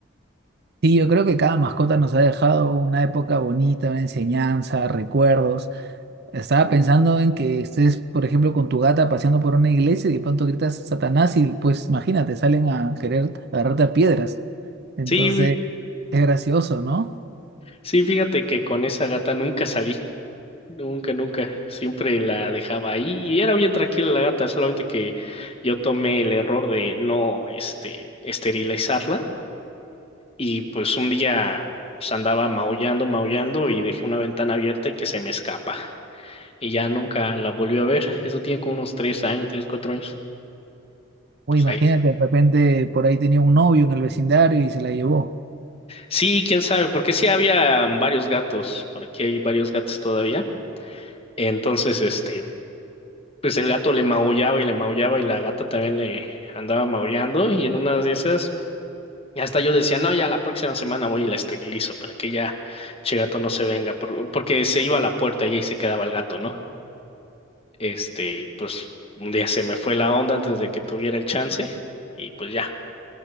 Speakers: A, on the right (about 50°); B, on the left (about 30°).
A: Sí, yo creo que cada mascota nos ha dejado una época bonita, una enseñanza, recuerdos. Estaba pensando en que estés, por ejemplo, con tu gata paseando por una iglesia y de pronto gritas Satanás y pues imagínate, salen a querer agarrarte a piedras. Entonces,
B: Sí,
A: es gracioso, ¿no?
B: sí, fíjate que con esa gata nunca salí. Nunca, nunca. Siempre la dejaba ahí y era bien tranquila la gata, solamente que yo tomé el error de no, este, esterilizarla y pues un día pues, andaba maullando, maullando y dejé una ventana abierta y que se me escapa y ya nunca la volví a ver. Eso tiene como unos tres años, tres, cuatro años. Pues
A: O imagínate,
B: ahí.
A: de repente por ahí tenía un novio en el vecindario y se la llevó.
B: Sí, quién sabe, porque sí había varios gatos, por aquí hay varios gatos todavía. Entonces, este, pues el gato le maullaba y le maullaba y la gata también le andaba maullando y en una de esas hasta yo decía, no, ya la próxima semana voy y la esterilizo para que ya che gato no se venga, por- porque se iba a la puerta y ahí se quedaba el gato, ¿no? Este, y pues un día se me fue la onda antes de que tuviera el chance y pues ya.